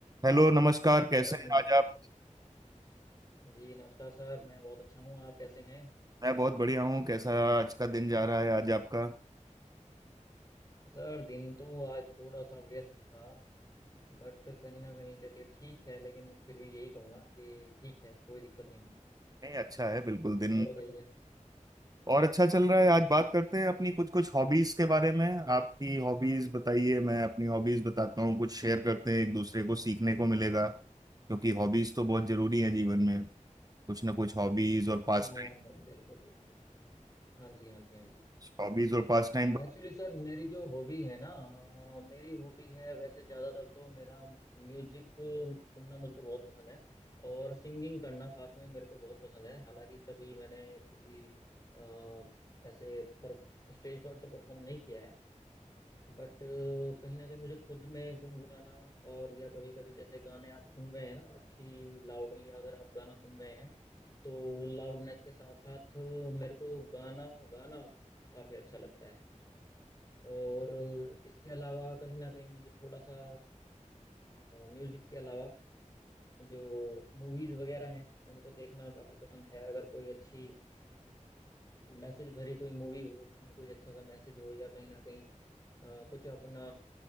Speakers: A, on the right; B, on the left.
A: Hello नमस्कार कैसे
B: Sir
A: हैं आज आप
B: जी नमस्कार sir मैं बहुत अच्छा हूँ आप कैसे हैं
A: मैं बहुत बढ़िया हूँ कैसा आज का दिन जा रहा है आज आपका
B: सर दिन तो आज थोड़ा सा व्यस्त था बट कहीं ना कहीं चलिए ठीक है लेकिन फिर भी यही कहूँगा कि ठीक है कोई दिक्कत नहीं है
A: नहीं अच्छा है बिल्कुल दिन
B: और बताइए
A: और अच्छा चल रहा है आज बात करते हैं अपनी कुछ कुछ हॉबीज के बारे में आपकी हॉबीज बताइए मैं अपनी हॉबीज बताता हूँ कुछ शेयर करते हैं एक दूसरे को सीखने को मिलेगा क्योंकि हॉबीज तो बहुत जरूरी है जीवन में कुछ ना कुछ हॉबीज और पास
B: हाँ
A: टाइम
B: बिल्कुल बिल्कुल हाँ जी हाँ जी हाँ जी
A: हॉबीज और पास टाइम
B: एक्चुअली सर मेरी जो हॉबी है ना अ, मेरी हॉबी है वैसे ज़्यादातर तो मेरा म्यूजिक सुनना मुझको बहुत पसंद है और सिंगिंग करना साथ में मेरे को बहुत पसंद है हालांकि कभी मैंने किसी अ, ऐसे पर स्टेज पर तो परफॉर्म नहीं किया है बट कहीं ना कहीं मुझे खुद में गुनगुनाना और या कभी कभी जैसे गाने आप सुन रहे हैं ना अच्छी लाउडली अगर आप गाना सुन रहे हैं तो लाउडनेस के साथ साथ मेरे को गाना गाना काफ़ी अच्छा लगता है और इसके अलावा कहीं ना कहीं मुझे थोड़ा सा म्यूजिक के अलावा जो मूवीज वगैरह हैं उनको देखना काफी पसंद है अगर कोई अच्छी मैसेज भरी कोई मूवी हो जिसमें कोई अच्छा सा मैसेज हो या कहीं ना कहीं अ, कुछ अपना